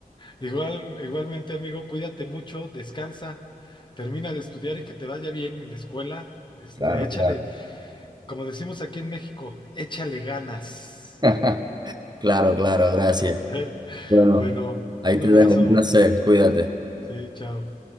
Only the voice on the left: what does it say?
Igual, igualmente, amigo, cuídate mucho, descansa, termina de estudiar y que te vaya bien en la escuela. Este,
échale,
como decimos aquí en México, échale ganas.
<laughs>
Bueno,
un
abrazo.
Sí, chao.